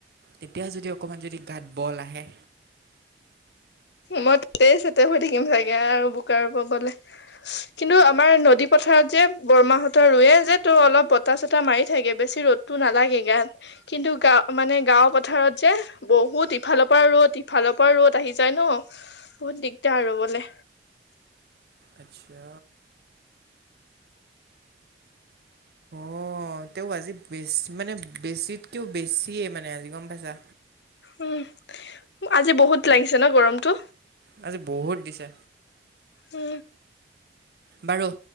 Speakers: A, on the right; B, on the left.
A: তেতিয়া যদি অকণমান যদি গাঁত বল আহে।
B: মই ততেই চেটেপ হৈ থাকিম চাগে, আৰু বোকা ৰুব গ'লে। কিন্তু আমাৰ নদী পথাৰত যে বৰমাহতৰ ৰুৱে যে তোৰ অলপ বতাহ চতাহ মাৰি থাকে বেছি ৰ'দতটো নালাগে গাত, কিন্তু টো গা। মানে গাঁওৰ পথাৰত যে। বহুত ইফালৰ পৰা ৰ'দ, ইফালৰ পৰা ৰ'দ, আহি যায় ন। বহুত দিগদাৰ ৰুবলে।
A: আচ্ছা। অ তেওঁ আজি বেছ মানে বেছিতকেও বেছিয়ে মানে আজি, গম পাইছা?
B: উম আজি বহুত লাগিছে ন গৰমটো
A: আজি বহুত দিছে
B: উম
A: বাৰু